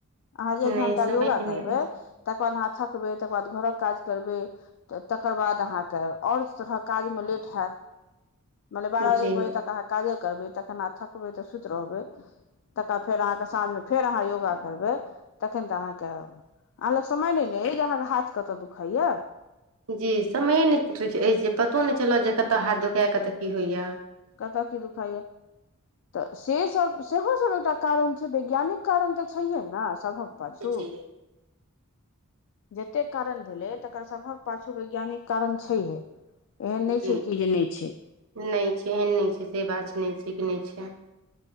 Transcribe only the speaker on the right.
नहि
समय
नहि
होइ छै
जी समय नहि रहै छै अछि जे पतो नहि चल जे कतय हाथ धोखा कतय की होइया
जी
जी
नहि छै एहन नहि छै से बात छै नहि छै कि नहि छै